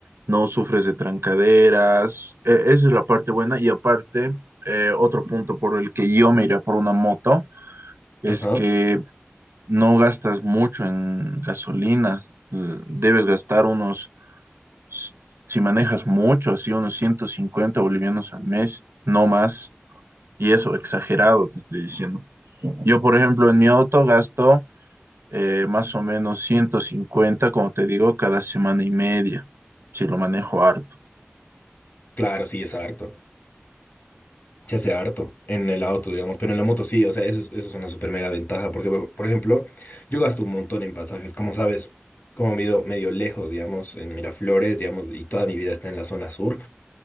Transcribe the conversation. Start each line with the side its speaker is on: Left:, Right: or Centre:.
Right: no sufres de trancaderas, e- esa es la parte buena y aparte, eh, otro punto por el que yo me iría por una moto es
Left: ajá,
Right: que no gastas mucho en gasolina, L- debes gastar unos, s- si manejas mucho, así unos 150 bolivianos al mes, no más, y eso exagerado te estoy diciendo. Yo, por ejemplo, en mi auto gasto eh, más o menos 150 como te digo, cada semana y media, si lo manejo harto.
Left: claro, sí es harto. se hace harto en el auto, digamos, pero en la moto sí, o sea, eso es, eso es una súper mega ventaja, porque, por por ejemplo, yo gasto un montón en pasajes, como sabes, como vivo medio lejos, digamos, en Miraflores, digamos, y toda mi vida está en la zona sur,